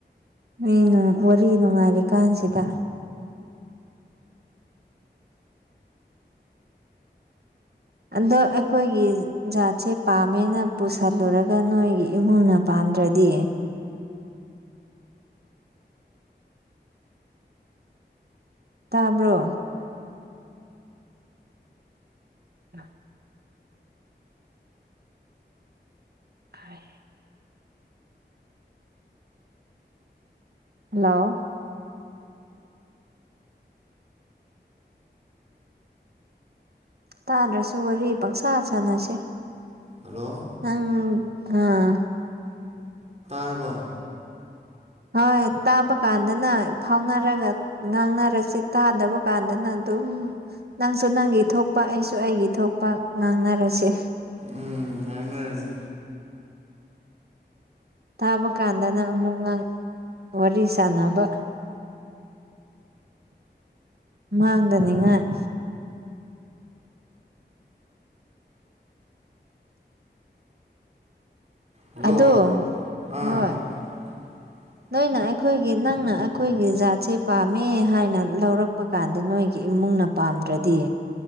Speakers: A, on the right; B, on the right.
A: ꯃꯤꯅ ꯋꯥꯔꯤ ꯅꯨꯡꯉꯥꯏꯔꯤꯀꯥꯟꯁꯤꯗ꯫ ꯑꯗꯣ ꯑꯩꯈꯣꯏꯒꯤ ꯖꯥꯠꯁꯦ ꯄꯥꯝꯃꯦꯅ ꯄꯨꯁꯜꯂꯨꯔꯒ ꯅꯣꯏꯒꯤ ꯏꯃꯨꯡꯅ ꯄꯥꯝ ꯗ꯭ꯔꯗꯤ
B: <unintelligible>
A: ꯇꯥꯕ꯭ꯔꯣ꯫ <unintelligible> ꯍꯥꯏ꯫ ꯍꯜꯂꯣ꯫ ꯇꯥꯗ꯭ꯔꯁꯨ ꯋꯥꯔꯤ ꯄꯪꯁꯥ ꯁꯥꯟꯅꯁꯦ꯫
B: ꯍꯜꯂꯣ꯫
A: ꯅꯪ ꯑꯥ
B: ꯔꯕꫭ
A: ꯍꯣꯏ ꯇꯥꯕ ꯀꯥꯟꯗꯅ ꯐꯥꯎꯅꯔꯒ ꯉꯥꯡꯅꯔꯁꯤ ꯇꯥꯗꯕ ꯀꯥꯟꯗꯅ ꯑꯗꯨꯝ ꯎꯝ ꯅꯪꯁꯨ ꯅꯪꯒꯤ ꯊꯣꯛꯄ ꯑꯩꯁꯨ ꯑꯩꯒꯤ ꯊꯣꯛꯄ ꯉꯥꯡꯅꯔꯁꯦ꯫
B: ꯎꯝ ꯉꯥꯡꯅꯔꯁꯤ꯫
A: ꯇꯥꯕ ꯀꯥꯟꯗꯅ ꯑꯃꯨꯛ ꯉꯥꯡ ꯋꯥꯔꯤ ꯁꯥꯟꯅꯕ꯫ ꯃꯥꯡꯗꯅꯤꯡꯉꯥꯏ꯫
B: ꯍꯜꯂꯣ
A: ꯑꯗꯣ
B: ꯑꯥ
A: ꯍꯣꯏ
B: <unintelligible>
A: ꯅꯣꯏꯅ ꯑꯩꯈꯣꯏꯒꯤ ꯅꯪꯅ ꯑꯩꯈꯣꯏꯒꯤ ꯖꯥꯠꯁꯦ ꯄꯥꯝꯃꯦ ꯍꯥꯏꯅ ꯂꯧꯔꯛꯄ ꯀꯥꯟꯗ ꯅꯣꯏꯒꯤ ꯏꯃꯨꯡ ꯃꯨꯡꯅ ꯄꯥꯝꯗ꯭ꯔꯗꯤ